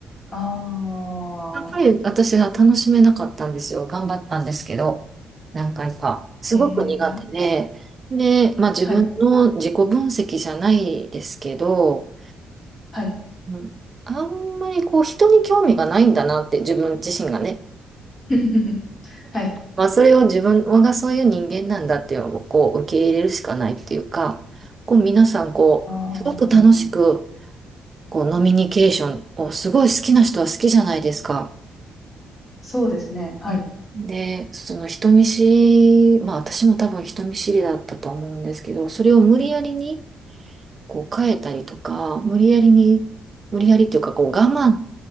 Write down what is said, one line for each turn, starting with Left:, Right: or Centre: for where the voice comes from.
Left: ああ、
Right: っぱり私は楽しめなかったんですよ。頑張ったんですけど、何回か。すごく苦手で、
Left: ええ
Right: で、まあ自分の自己分析じゃないですけど、
Left: はい、はい。
Right: うん、あんまりこう人に興味がないんだなって自分自身がね、
Left: <laughs> はい。
Right: まあ、それを自分がそういう人間なんだっていうのをこう受け入れるしかないっていうか、こう皆さんこう、
Left: ああ、
Right: すごく楽しくこうノミニケーションをすごい好きな人は好きじゃないですか。
Left: そうですね。はい。
Right: うんで、その人見知り、まあ私も多分人見知りだったと思うんですけど、それを無理やりにこう変えたりとか、無理やりに、無理やりっていうかこう我慢